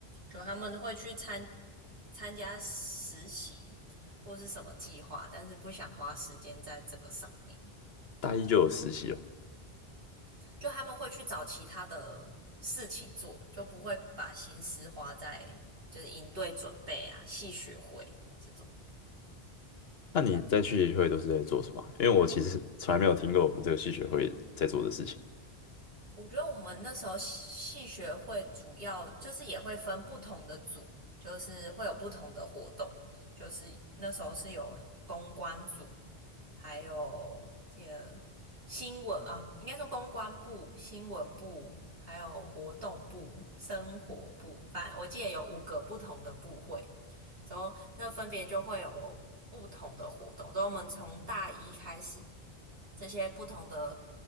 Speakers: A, on the right (about 65°); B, on the left (about 70°).
A: 就他们会去参参加实习或是什么计划，但是不想花时间在这个上面，
B: 大一就有实习哦，
A: 就他们会去找其他的事情做，就不会把心思花在就是营队准备啊、系学会这种。
B: 那你在系学会都是在做什么啊因为我其实 <laughs> 从来没有听过我们这个系学会在做的事情，
A: 我觉得我们那时候系学会主要就是也会分不同的组，就是会有不同的活动，就是那时候是有公关组，还有这个新闻啊，应该说公关部、新闻部，还有活动部、生活部，反正我记得有五个不同的部会。之后那分别就会有不同的活动。之后我们从大一开始，这些不同的